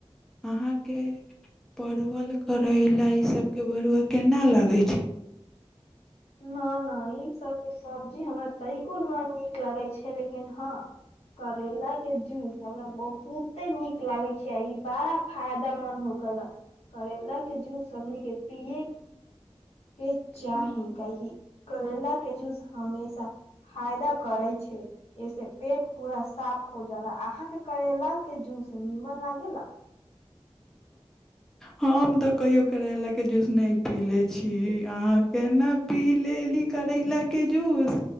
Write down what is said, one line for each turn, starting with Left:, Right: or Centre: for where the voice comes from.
Centre: अहाँके परवल करैला इसभके भरुआ केना लागै छै।
Left: न न ई सब के सब्जी हमरा तनिको न नीक लागे छै लेकिन हँ करेला के जूस हमरा बहुते नीक लागे छै ई बड़ा फायदामन्द हो गेल करैला के जूस हमनी के पिये के
Centre: छै
Left: चाही काहेकि करैला के जूस हमेशा फायदा करे छै एहिसे पेट पूरा साफ पज अहाँके करैेल के जूस नीमन लागेला
Centre: हम तऽ कहियौ करैलाके जूस नहि पी ले छी अहाँ केना पी लेली करैलाके जूस